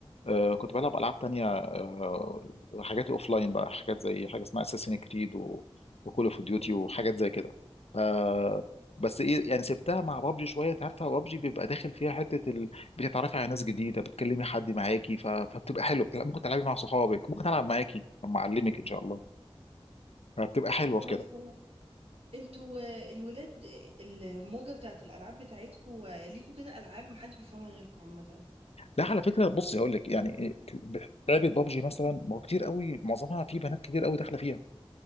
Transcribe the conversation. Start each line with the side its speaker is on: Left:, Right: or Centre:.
Left: آه، كنت بلعب العاب تانية آه، حاجات لاين بقى حاجات زي حاجه اسمها اساسين كريد وكول اوف ديوتي وحاجات زي كده آه، بس ايه يعني سبتها مع بابجي شويه انت عارفه بابجي بيبقى داخل فيها حته ال... بتتعرفي على ناس جديده بتكلمي حد معاكي ف... فبتبقى حلوه بتلع- ممكن تلعبي مع صحابك ممكن العب معاكي لما اعلمك ان شاء الله فبتبقى حلوه
Right: خلاص
Left: في كده
Right: تمام انتوا آه، الولاد آه، الموجه بتاعت الالعاب بتاعتكوا آه، ليكوا كده العاب محدش بيفهمها غيركوا عامه
Left: لا على فكره بصي هقول لك يعني إيه، ب- لعبه بابجي مثلا ما هو كتير قوي معظمها في بنات كتير قوي داخله فيها